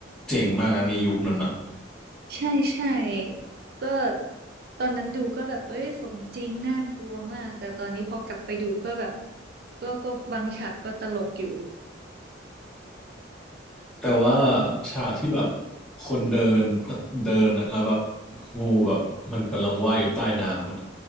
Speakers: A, in the centre; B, on the right (about 50°).
A: เจ๋งมากนะในยุคนั้นอะ
B: ใช่ใช่ก็ตอนนั้นดูก็แบบเอ้ยสมจริงน่ากลัวมากแต่ตอนนี้พอกลับไปดูก็แบบก็ก็บางฉากก็ตลกอยู่
A: แต่ว่าฉากที่แบบคนเดินเดินอะแล้วแบบงูแบบมันกำลังว่ายอยู่ใต้น้ำอะ